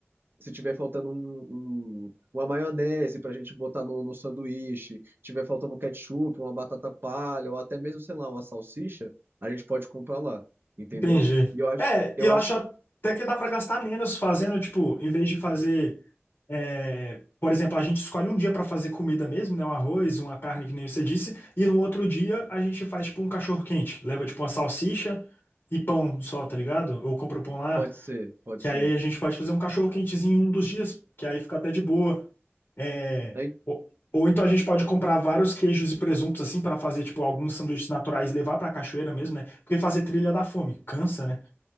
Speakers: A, on the right; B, on the left.
A: se tiver faltando um, um- uma maionese para a gente botar no, no sanduíche, tiver faltando um ketchup, uma batata palha, ou até mesmo, sei lá, uma salsicha, a gente pode comprar lá, entendeu?
B: Entendi.
A: E eu acho,
B: É,
A: eu
B: e eu
A: acho
B: acho
A: que
B: até que dá para gastar menos fazendo, tipo, em vez de fazer, é, por exemplo, a gente escolhe um dia para fazer comida mesmo, né? Um arroz, uma carne, que nem você disse, e no outro dia a gente faz, tipo, um cachorro-quente. Leva, tipo, uma salsicha e pão só, tá ligado? Ou compra o pão lá,
A: pode ser, pode
B: que
A: ser.
B: aí a gente pode fazer um cachorro-quentezinho em um dos dias, que aí fica até de boa. É,
A: Aí,
B: ou, ou então a gente pode comprar vários queijos e presuntos, assim, para fazer, tipo, alguns sanduíches naturais e levar para a cachoeira mesmo, né? Porque fazer trilha dá fome, cansa, né?